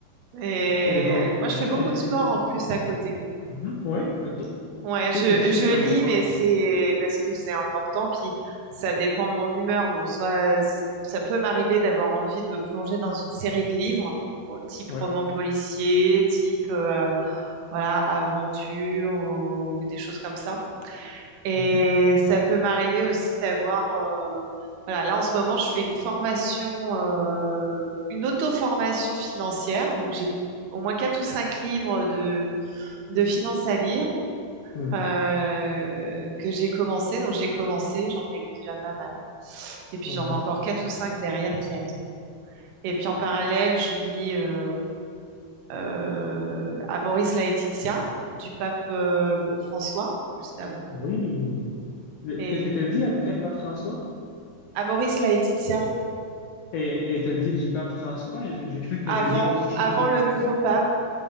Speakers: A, on the right; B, on the left.
A: Et
B: et donc,
A: moi, je
B: c'est
A: fais
B: ça.
A: beaucoup
B: Et,
A: de sport
B: et-
A: en plus à côté.
B: Mhm. Oui, OK.
A: Ouais,
B: Qu'est-ce
A: je,
B: que tu
A: je
B: fais comme
A: lis,
B: sport?
A: mais c'est parce que c'est important, puis ça dépend de mon humeur. Donc, soit c- ça peut m'arriver d'avoir envie de me plonger dans une série de livres, bon, type
B: Oui.
A: roman policier, type euh, voilà, aventure ou des choses comme ça. Et
B: Mhm.
A: ça peut m'arriver aussi d'avoir euh, voilà, là en ce moment, je fais une formation, euh, une auto-formation financière. Donc, j'ai au moins quatre ou cinq livres de finance à lire
B: Mhm.
A: euh, que j'ai commencé. Donc j'ai commencé, j'en ai lu déjà pas mal. Et puis
B: Ouais.
A: j'en ai encore quatre ou cinq derrière qui attendent. Et puis en parallèle, je lis euh, euh, Amoris Laetitia du pape euh, François, juste avant.
B: Oui. Le-
A: Et
B: Qu'est-ce que tu as dit après Pape François?
A: Amoris Laetitia,
B: Et tu as dit du Pape François? et J'ai j'ai cru que
A: avant,
B: tu avais dit autre chose.
A: avant
B: juste
A: le nouveau
B: à-
A: pape,